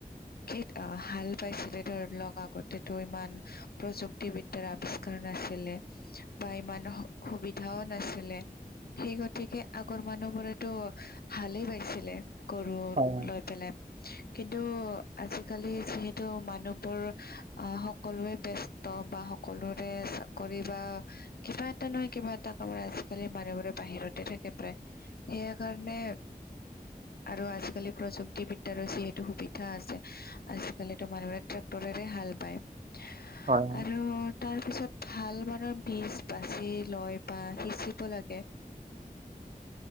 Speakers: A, on the left; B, on the right.
A: খেত অ হাল বাইছিলে ধৰ লগাকৈ যিটো ইমান প্ৰযুক্তিবিদ্যাৰ আৱিষ্কাৰ নাছিলে। বাই ইমান সুবিধাও নাছিলে। সেই গতিকে আগৰ মানুহবোৰেতো শালেই বাইছিলে। ৰোল
B: হয়
A: লৈ পেলাই কিন্তু আজিকালি যিহেতু মানুহবোৰ অহ সকলোৱে ব্যস্ত বা সকলোৰে কৰি বা কিবা এটা নহয় কিবা এটা কামত আজিকালি মানুহবোৰে বাহিৰতে থাকে প্ৰায় সেয়া কাৰণে আৰু আজিকালি প্ৰযুক্তিবিদ্যাৰো যিহেতু সুবিধা আছে আজিকালিতো মানুহবোৰে ট্ৰেক্টৰেৰে হাল বায়
B: হয়
A: আৰু তাৰ পিছত ভাল মানৰ বীজ বাচি লয় বা সিঁচিব লাগে
B: <inaudible>